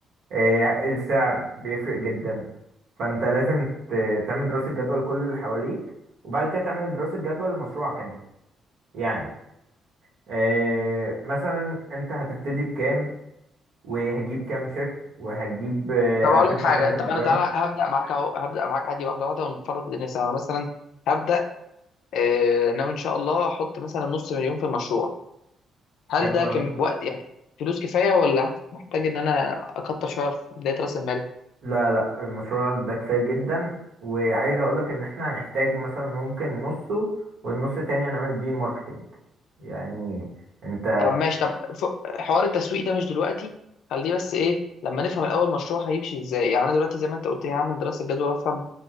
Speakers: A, on the right; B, on the left.
A: إيه، السعر بيفرق جدا فانت لازم ت- تعمل دراسة جدوى لكل اللي حواليك وبعد كده تعمل دراسة جدوى لمشروعك انت يعني إيه، مثلا انت هتبتدي بكام وهجيب كام شيف وهجيب إيه،
B: طب اقول
A: هتدفع
B: لك حاجه
A: كام في
B: طب
A: الديزاين
B: انا تعالى هبدا معاك اهو هبدا معاك عادي واحده واحده ونفرط الدنيا سوا أنا مثلا هبدا آه، ناوي ان شاء الله احط مثلا نص مليون في المشروع هل
A: حلو
B: ده كم
A: أوي.
B: وقت يعني فلوس كفايه ولا محتاج ان انا اكتر شويه في بدايه راس المال
A: لا لا المشروع ده كفاية جدا وعايز اقولك ان احنا هنحتاج مثلا ممكن نصه والنص التاني هنعمل بيه ماركتينج يعني انت
B: طب ماشي طب ف- حوار التسويق ده مش دلوقتي خليه بس ايه لما نفهم الاول المشروع هيمشي ازاي يعني انا دلوقتي زي ما انت قلت لي هعمل دراسه جدوى وافهم